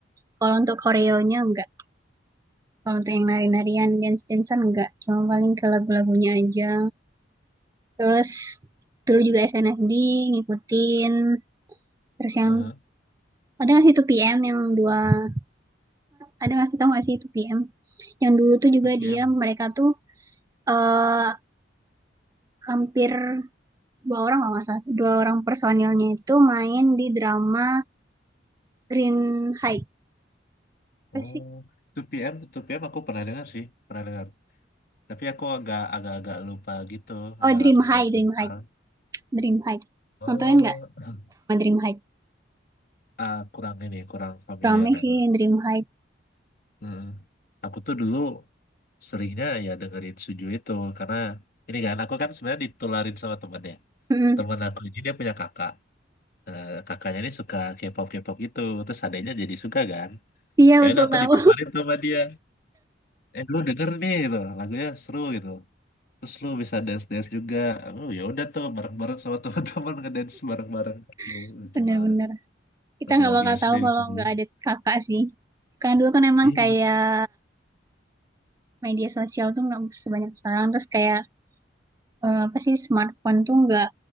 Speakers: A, on the right (about 20°); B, on the left (about 50°).
A: Kalau untuk koreonya nggak. Kalau untuk yang nari-narian, dance-dancean nggak. Cuma paling ke lagu-lagunya aja. Terus dulu juga SNSD ngikutin. Terus yang
B: Heeh.
A: ada nggak sih 2PM yang dua ada nggak sih tau nggak sih 2PM yang dulu tuh juga
B: 2PM.
A: dia mereka tuh eh hampir dua orang kalau nggak salah dua orang personilnya itu main di drama Green High apa
B: Oh,
A: sih
B: 2PM, 2PM aku pernah dengar sih, pernah dengar. Tapi aku agak agak agak lupa gitu
A: oh
B: ya
A: Dream
B: lagu
A: High
B: mereka.
A: Dream High
B: Parah.
A: Dream High
B: eh,
A: nontonin nggak sama Dream High
B: Ah, kurang ini, kurang familiar
A: rame
B: ya.
A: sih
B: Bang.
A: Dream High
B: Heeh. Aku tuh dulu seringnya ya dengerin Suju itu karena ini kan aku kan sebenarnya ditularin sama temen ya.
A: Mm-mm.
B: Temen aku ini dia punya kakak. eh, kakaknya ini suka K-pop K-pop gitu terus adanya jadi suka kan
A: iya
B: ya
A: betul
B: udah aku
A: tahu
B: dipaparin tuh sama dia eh lu denger nih gitu lagunya seru gitu terus lu bisa dance dance juga oh ya udah tuh bareng bareng sama <laughs> teman-teman ngedance bareng bareng oh,
A: <laughs>
B: lucu
A: bener-bener
B: banget
A: kita
B: satu
A: nggak
B: lagi
A: bakal
B: SD
A: tahu kalau
B: itu dulu
A: nggak ada kakak sih kan dulu kan emang
B: iya
A: kayak media sosial tuh nggak sebanyak sekarang terus kayak eh, apa sih smartphone tuh nggak